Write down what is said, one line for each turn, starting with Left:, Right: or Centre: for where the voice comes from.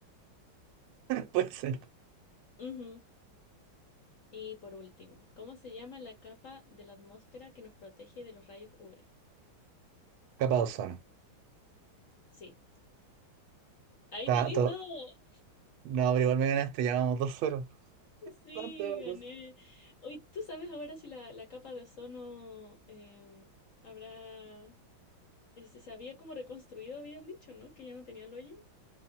Right: Puede ser.
Left: <laughs> Ujú. Y por último, ¿cómo se llama la capa de la atmósfera que nos protege de los rayos UV?
Right: Capa de ozono.
Left: Sí. Ahí
Right: Ta-
Left: tenéis
Right: to-
Left: dos.
Right: No, pero igual me ganaste, ya vamos 2-0.
Left: Sí,
Right: Son todos.
Left: gané. Hoy, ¿tú sabes ahora si la, la capa de ozono em, habrá... Se se había como reconstruido, habían dicho, ¿no? Que ya no tenía el hoyo.